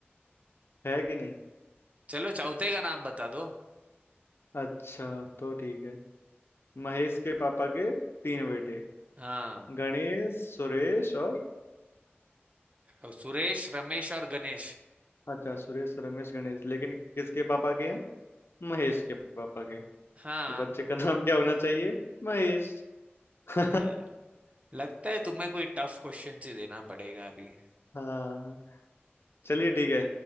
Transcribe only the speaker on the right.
चलो चौथे का नाम बता दो
हाँ
और सुरेश रमेश और गणेश
हाँ
अरे, लगता है तुम्हें कोई टफ क्वेश्चन ही देना पड़ेगा अभी